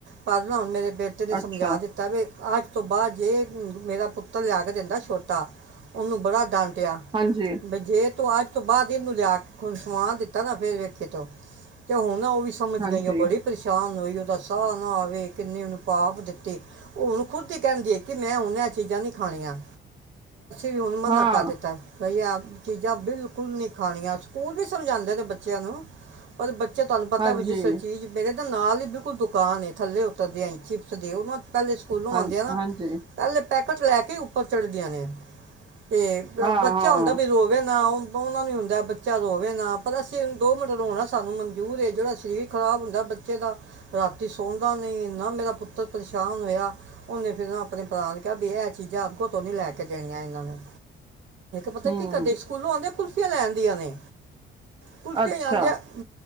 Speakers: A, on the right; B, on the right.
A: ਪਰਨਾ ਹੁਣ ਮੇਰੇ ਬੇਟੇ ਨੇ ਸਮਝਾ
B: ਅੱਛਾ
A: ਦਿੱਤਾ ਵੀ ਅੱਜ ਤੋਂ ਬਾਅਦ ਜੇ ਮੇਰਾ ਪੁੱਤਰ ਲਿਆ ਕੇ ਦਿੰਦਾ ਛੋਟਾ ਉਹਨੂੰ ਬੜਾ ਡਾਂਟਿਆ
B: ਹਾਂਜੀ
A: ਵੀ ਜੇ ਤੋਂ ਅੱਜ ਤੋਂ ਬਾਅਦ ਹੀ ਇਹਨੂੰ ਲਿਆ ਕੇ ਖਾਵਾ ਦਿੱਤਾ ਨਾ ਫੇਰ ਵੇਖੇ ਤੋ ਤੇ ਹੁਣ ਓ ਵੀ ਸਮਝ
B: ਹਾਂਜੀ
A: ਗਈ ਓ ਬੜੀ ਪਰੇਸ਼ਾਨ ਹੋਈ <unintelligible> ਸਾਹ ਨਾ ਆਵੇ ਕਿੰਨੀ ਉਹਨੂੰ ਭਾਫ ਦਿੱਤੀ ਓ ਹੁਣ ਖੁਦ ਹੀ ਕਹਿੰਦੀਏ ਕਿ ਮੈਂ ਹੁਣ ਐ ਚੀਜ਼ਾਂ ਨ ਵੀ ਹੁਣ ਮਨਾ
B: ਹਾਂ
A: ਕਰ ਦਿੱਤਾ ਬਈ ਆ ਚੀਜ਼ਾਂ ਬਿਲਕੁੱਲ ਨੀ ਖਾਣੀਆਂ ਸਕੂਲ ਵੀ ਸਮਝਾਉਂਦੇ ਨੇ ਬੱ ਚਿਆਂ ਨੂੰ ਪਰ ਬੱਚੇ ਤੁਹਾਨੂੰ ਪਤਾ
B: ਹਾਂਜੀ
A: ਚੀਜ਼ ਮੇਰੇ <unintelligible> ਨਾਲ ਹੀ ਬਿਲਕੁਲ ਦੁਕਾਨ ਏ ਥੱਲੇ ਉੱਤਰਦੇ ਆ ਈ ਚਿਪਸ ਦੇ ਓ ਪਹਿਲੇ ਸਕੂਲੋਂ
B: ਹਾਂ
A: ਆਉਂਦੇ ਆ ਨਾ
B: ਹਾਂਜੀ
A: ਪਹਿਲੇ ਪੈਕਟ ਲੈ ਕੇ ਉੱਪਰ ਚੜ ਦੀਆਂ ਨੇ ਤੇ
B: ਹਾਂ
A: ਬੱਚਾ
B: ਹਾਂ
A: ਹੁੰਦਾ ਵੀ ਰੋਵੇ ਨਾ ਓ ਓਨਾ ਨੂੰ ਹੀ ਹੁੰਦਾ ਬੱਚਾ ਰੋਵੇ ਨਾ ਪਰ ਅਸੀਂ ਦੋ ਮਿੰਟ ਰੋਣਾ ਸਾਨੂੰ ਮਨਜ਼ੂਰ ਏ ਜਿਹੜਾ ਸਰੀਰ ਖ਼ਰਾਬ ਹੁੰਦਾ ਬੱਚੇ ਦਾ, ਰਾਤੀ ਸੌਦਾ ਨਹੀਂ। ਨਾ ਮੇਰਾ ਪੁੱਤਰ ਪਰੇਸ਼ਾਨ ਹੋਇਆ। ਉਹਨੇ ਫਿਰ ਆਪਣੇ ਭਰਾ ਨੂੰ ਕਿਹਾ ਇਹ ਚੀਜ਼ਾਂ ਅੱਗੋਂ ਤੋਂ ਨੀ ਲਿਆ ਕੇ ਦੇਣੀਆਂ ਇਹਨਾਂ ਨੂੰ। ਪਤਾ
B: ਹੂੰ
A: ਕੀ ਕਦੇ ਸਕੂਲੋਂ ਆਉਂਦੇ ਲੈਣਦੀਆਂ ਨੇ <inaudible>
B: ਅੱਛਾ